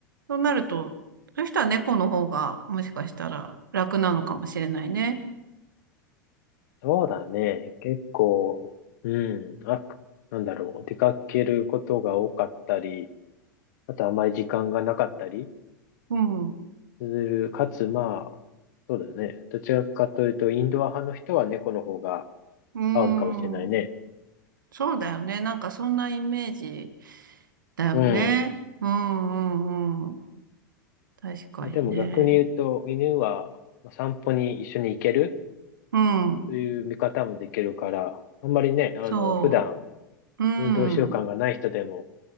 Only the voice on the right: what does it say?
そうなると、そういう人は猫の方が、もしかしたら楽なのかもしれないね。
うん。う
ーん。
そうだよね。なんかそんなイメージだよね。
うんうんうん。確かにね。
うん。
そ
う。うん。